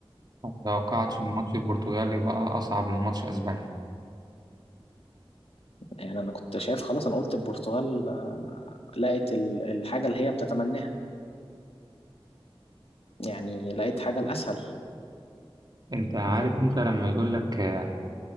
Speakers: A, on the right (about 45°); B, on the left (about 80°).
A: ما توقعتش إن ماتش البرتغال يبقى أصعب من ماتش أسبانيا
B: يعني انا كنت شايف خلاص انا قلت البرتغال آه، لقت ال- الحاجه اللي هي بتتمناها يعني لقيت حاجه الاسهل
A: أنت عارف
B: انك
A: أنت لما يقول لك آه،